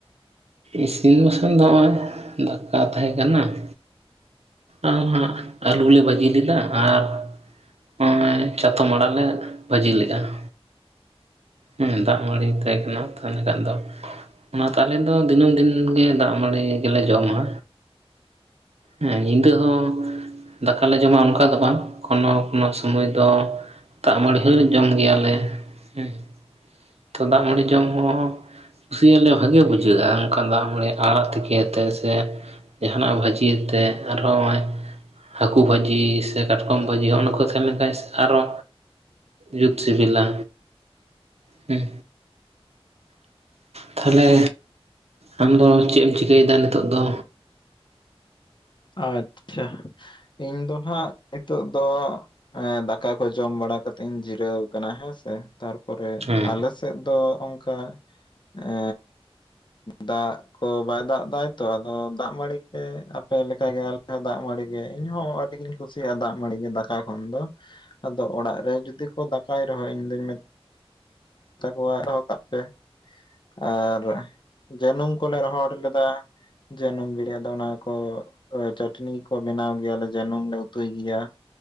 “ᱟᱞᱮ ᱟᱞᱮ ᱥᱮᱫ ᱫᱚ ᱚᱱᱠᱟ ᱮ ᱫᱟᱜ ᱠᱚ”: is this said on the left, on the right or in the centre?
Left